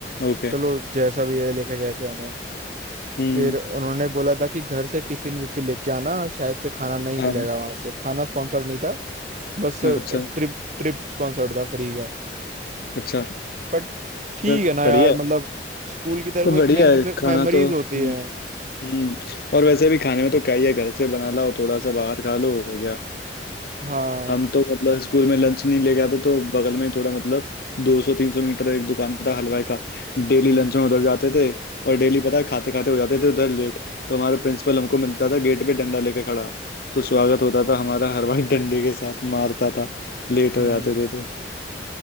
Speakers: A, on the left; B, on the right.
A: ओके
B: चलो जैसा भी है लेके गए थे हमें
A: हम्म
B: फिर उन्होंने बोला था कि घर से टिफिन विफिन लेके आना शायद से खाना नहीं
A: हाँ
B: मिलेगा वहां से खाना स्पॉन्सर्ड नहीं था बस
A: अच्छा
B: ट्रिप ट्रिप स्पॉन्सर्ड था फ्री का
A: अच्छा
B: बट ठीक
A: बस
B: है ना
A: बढ़िया
B: यार
A: है
B: मतलब स्कूल की तरफ
A: तो बढ़िया
B: एक
A: है खाना
B: मेमोरीज
A: तो
B: होती
A: हम्म,
B: है
A: हम्म और वैसे भी खाने में तो क्या ही है घर से बना लाओ थोड़ा सा बाहर खा लो हो गया
B: हाँ
A: हम तो मतलब स्कूल में लंच नहीं लेके आते तो बगल में ही थोड़ा मतलब 200 300 मीटर एक दुकान था हलवाई का डेली
B: हम्म
A: लंच में उधर जाते थे और डेली पता है खाते खाते हो जाते थे उधर लेट तो हमारा प्रिंसिपल हमको मिलता था गेट पे डंडा लेके खड़ा तो स्वागत होता था हमारा हलवाई डंडे के साथ मारता था लेट
B: हम्म
A: हो जाते थे तो